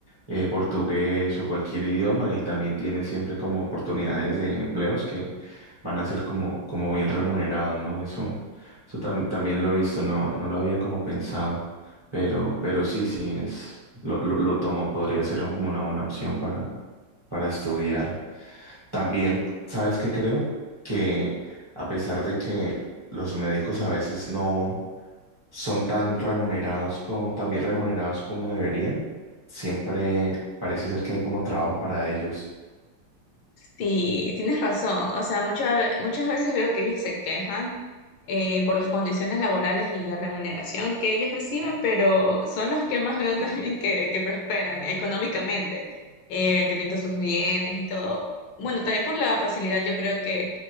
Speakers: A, on the right; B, on the left.
A: eh, portugués o cualquier idioma y también tiene siempre como oportunidades de empleos que van a ser como, como bien remunerados, ¿no? Eso, eso tam- también lo he visto, no, no lo había como pensado, pero, pero sí, sí es, lo, lo, lo tomo, podría ser un- como una buena opción para, para estudiar. También, ¿sabes qué creo? Que a pesar de que los médicos a veces no son tan remunerados como, tan bien remunerados como deberían, siempre parece ser que hay como trabajo para ellos.
B: Sí, tienes razón. O sea, muchas muchas veces veo que ellos se quejan eh, por las condiciones laborales y la remuneración que ellos reciben, pero son los que más veo <laughs> también que, que prosperan económicamente, eh, teniendo sus bienes y todo. Bueno, también por la facilidad, yo creo que,